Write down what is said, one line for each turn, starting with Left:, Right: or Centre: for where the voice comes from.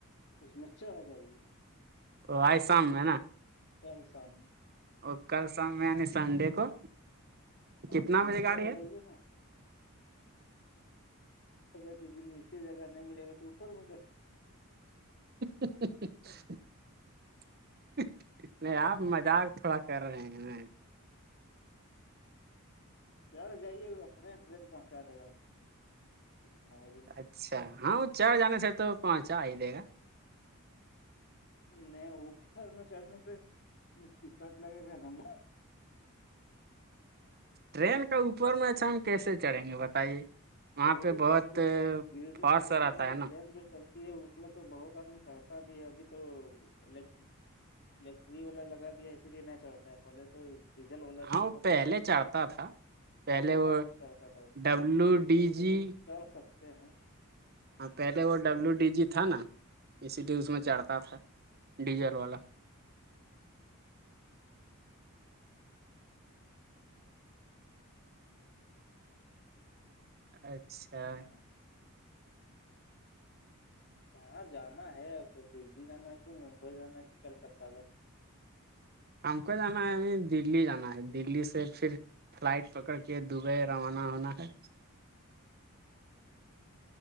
Left: اس میں چڑھ جائےے
Right: آج شام میں نا
Left: کل سامنے
Right: اور کل شام میں یعنی سنڈے کو کتنا
Left: اور اس میں
Right: بجے گاڑی
Left: چڑھ
Right: ہے
Left: جائیے ہاں اگر دن نیچے جگہ نہیں ملے گا تو اوپر مل ج
Right: ہ ہ نہیں آپ مذاق تھوڑا کر رہے ہیں میں
Left: چڑ جائیے اپنے ٹرین پہنچا دے گا وہ کتنا بجے
Right: اچھا ہاں وہ چار جانے سے تو پہنچا ہی دے گا
Left: نہیں اوپر میں چڑھنے سے تٹکٹ لگے گا نا ب
Right: ٹرین کا اوپر میں اچھا ہم کیسے چڑھیں گے بتائیے وہاں
Left: ہو
Right: پہ
Left: تھر
Right: بہت
Left: کہ گرڈ
Right: فارس
Left: مدوپور
Right: رہتا
Left: مجھے
Right: ہے نا
Left: ٹرین جوٹل اس میں تو بہت آدمی چڑھتا بھی ہے ابھی تو الیکٹرک الیکٹریری والا لگا دیا اسی لیے نہ چڑھتا ہے پہلے تو ڈیزل والا
Right: ہاں
Left: چلتا
Right: وہ پہلے
Left: تو اس
Right: چڑھتا تھا پہلے
Left: بہت
Right: وہ
Left: آدمی چڑھتا تھا اس
Right: ڈبلو
Left: اسی طرح اس
Right: ڈی
Left: طرح سے
Right: جی
Left: بھی چڑھ سکتے ہیں
Right: ہاں
Left: لیکن
Right: پہلے
Left: رکس
Right: وہ ڈبلو ڈی جی تھا نا اسی لیے اس میں چڑھتا تھا ڈیزل والا اچھا
Left: ہے کہاں جانا ہے آپ کو دی جانا ہے کہ ممبئی جانا ہے کہ کلکتہ جانا ہے
Right: ہم کو جانا ہے ابھی دلی جانا ہے دی سے پھر فلائٹ پکڑ کے دبئی روانہ ہونا ہے